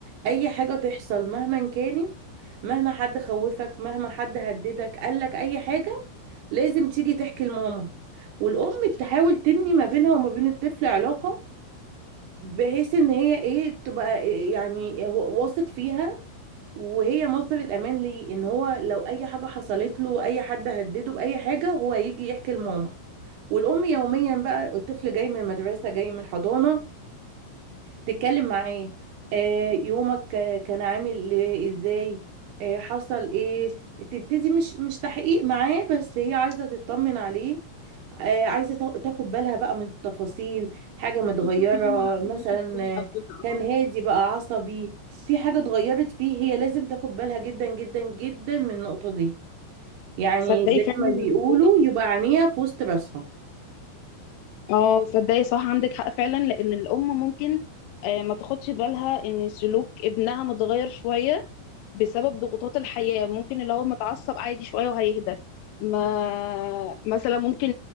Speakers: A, on the right (about 65°); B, on the left (about 85°).
A: اي حاجة تحصل مهما كانت مهما حد خوفك مهما حد هددك قالك اي حاجة لازم تيجي تحكي لماما والام تحاول تبني ما بينها وما بين الطفل علاقة بحيث ان هي ايه تبقى إيه يعني هو- واثق فيها وهي مصدر الأمان ليه إن هو لو أي حاجة حصلت له أي حد هدده بأي حاجة هو هيجي يحكي لماما والأم يوميا بقى الطفل جاي من المدرسة جاي من الحضانة تتكلم معاه آه، يومك آه، كان عامل آه، ازاي آه، حصل ايه تبتدي مش مش تحقيق معاه بس هي عايزة تطمن عليه آه، عايزة تا- تاخد بالها بقى من التفاصيل حاجة متغيرة
B: تشوفي هم نفسهم
A: مثلا
B: ماشي ازاي
A: آه،
B: او كده
A: كان
B: اه
A: هادي بقى عصبي في حاجة اتغيرت فيه هي لازم تاخد بالها جدا جدا جدا من النقطة دي يعني
B: تصدقي
A: زي
B: فعلا
A: ما
B: الموضوع
A: بيقولوا
B: ده
A: يبقى عينيها في وسط راسها
B: اه صدقي صح عندك حق فعلا لان الام ممكن آه، ما تاخدش بالها ان سلوك ابنها متغير شويه بسبب ضغوطات الحياه ممكن اللي هو متعصب عادي شويه وهيهدى ما مثلا ممكن